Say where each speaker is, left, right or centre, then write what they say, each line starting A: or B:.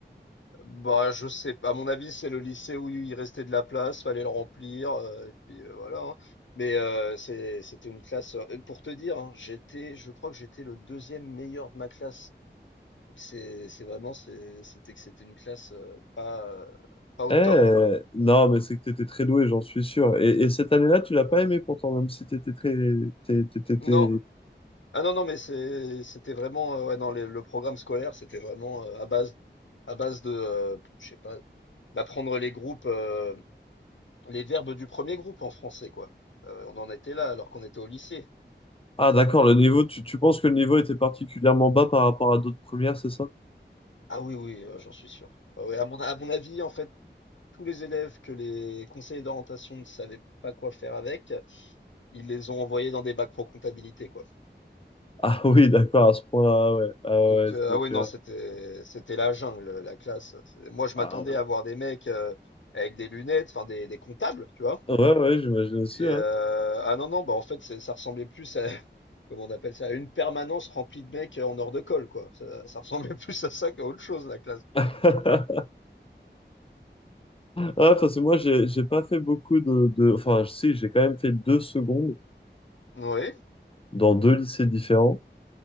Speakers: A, on the left; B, on the left.
A: Bah, je sais pas. À mon avis, c'est le lycée où il restait de la place, fallait le remplir, heu, et puis, heu, voilà, hein. Mais, heu, c'est c'était une classe, heu, pour te dire, hein, j'étais je crois que j'étais le deuxième meilleur de ma classe. C'est c'est vraiment c'est c'était que c'était une classe, heu, pas, heu, pas au
B: Eh,
A: top, hein.
B: non, mais c'est que t'étais très doué, j'en suis sûr. Et, et cette année-là, tu l'as pas aimé pourtant, même si t'étais très... t'é- t'é- t'étais-
A: Non. Ah non, non, mais c'est c'était vraiment, heu, ouais, non, les le programme scolaire, c'était vraiment, heu, à base à base de, heu, je sais pas, d'apprendre les groupes, heu les verbes du premier groupe en français, quoi. Euh, on en était là alors qu'on était au lycée.
B: Ah, d'accord, le niveau, tu, tu penses que le niveau était particulièrement bas par rapport à d'autres premières, c'est ça?
A: Ah oui, oui, euh, j'en suis sûr. Ah ouais, à mon, à mon avis, en fait, tous les élèves que les conseillers d'orientation ne savaient pas quoi faire avec, ils les ont envoyés dans des bacs pro comptabilité, quoi.
B: Ah oui, d'accord, à ce point-là, ah ouais. Ah
A: Donc,
B: ouais,
A: euh,
B: donc,
A: ah oui, non,
B: euh,
A: c'était, c'était la jungle, la classe. C'est- Moi, je
B: ah
A: m'attendais à voir des mecs euh, avec des lunettes, enfin, des, des comptables, tu vois.
B: ouais, ouais, j'imagine aussi,
A: Et,
B: ouais.
A: euh, ah non, non, bah en fait, c'est- ça ressemblait plus à, <laughs> comment on appelle ça, à une permanence remplie de mecs euh, en hors de colle, quoi. Ça, ça ressemblait <laughs> plus à ça qu'à autre chose, la classe.
B: <laughs> Ah, parce que moi, j'ai, j'ai pas fait beaucoup de, de... Enfin, si, j'ai quand même fait deux secondes
A: Oui,
B: dans deux lycées différents.